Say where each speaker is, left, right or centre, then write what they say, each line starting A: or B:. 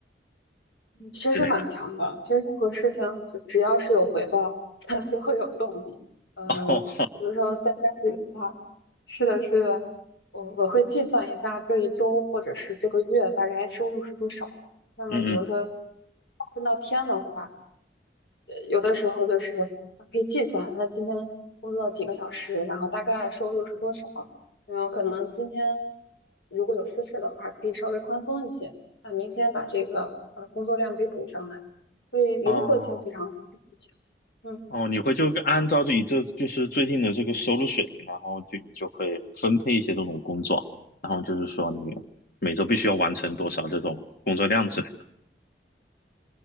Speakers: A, on the left; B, on the left.
A: 嗯，确实蛮强的。
B: 之类的。
A: 其实任何事情只只要是有回报，它就会有动力。呃，
B: <laughs> 哦，
A: 比如说在家里的话，是的，是的，我我会计算一下这一周或者是这个月大概收入是多少。那么，
B: 嗯嗯，
A: 比如说划分到天的话。呃有的时候就是可以计算，那今天工作几个小时，然后大概收入是多少，然后可能今天如果有私事的话，可以稍微宽松一些，那明天把这个呃工作量给补上来，所以灵活性非常非常强。
B: 哦
A: 嗯，
B: 哦，你会就按照自己这就是最近的这个收入水平，然后就你就会分配一些这种工作，然后就是说你每周必须要完成多少这种工作量之类的。